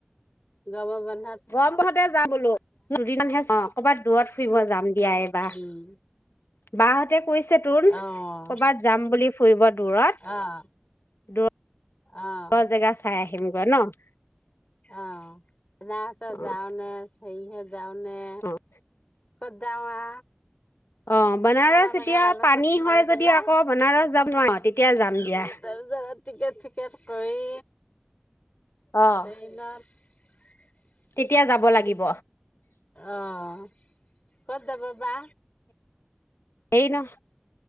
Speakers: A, on the left; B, on the left.
A: <unintelligible>
B: গৰম বন্ধতে যাম বোলো দুদিনমান সেই ক'বাত দূৰত ফুৰিব যাম দিয়া এইবাৰ
A: উম
B: বাহঁতে কৈছে <unintelligible>
A: আহ
B: ক'বাত যাম বুলি ফুৰিব দূৰত
A: আহ আহ
B: জেগা চাই আহি <unintelligible> ন
A: অঁ
B: অ',
A: <unintelligible> যাওঁ নে সেই হে যাওঁনে
B: অ',
A: কদামা
B: অ', বনাৰস
A: সিহঁতৰ লগত
B: এতিয়া
A: আলোচনা
B: পানী
A: কৰি
B: হয়
A: পেলাই
B: যদি আকৌ বনাৰস যাম নোৱাৰি তেতিয়া যাম দিয়া
A: তাৰপিছত টিকেট চিকেট কৰি
B: অ',
A: ট্ৰেইনত
B: তেতিয়া যাব লাগিব
A: হয় অ ক'ত যাব বা
B: এই নহয়